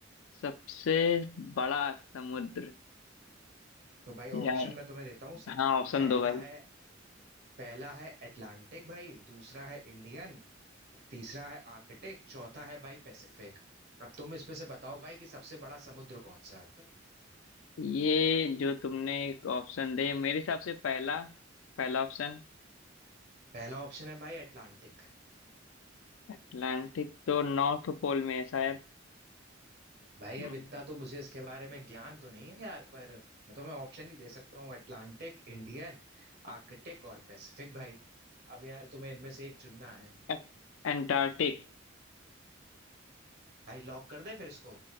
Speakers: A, on the left (about 80°); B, on the right (about 55°).
A: सबसे बड़ा समुद्र
B: तो भाई ऑप्शन
A: या
B: मैं तुम्हें देता हूँ सब-
A: हाँ ऑप्शन
B: पहला
A: दो भाई
B: है पहला है अटलांटिक भाई दूसरा है इंडियन तीसरा है आर्कटिक चौथा है भाई पैसिफिक अब तुम इसमें से बताओ भाई कि सबसे बड़ा समुद्र कौन सा है
A: ये जो तुमने एक ऑप्शन दे मेरे हिसाब से पहला पहला ऑप्शन
B: पहला ऑप्शन है भाई अटलांटिक
A: अटलांटिक तो नॉर्थ पोल में है शायद
B: भाई
A: हम्म,
B: अब इतना तो मुझे इसके बारे में ज्ञान तो नहीं है यार पर मैं तुम्हें ऑप्शन ही दे सकता हूँ अटलांटिक इंडियन आर्कटिक और पैसिफिक भाई अब यार तुम्हें इनमें से एक चुनना है
A: ए- अंटार्कटिक
B: भाई लॉक कर दे फिर इसको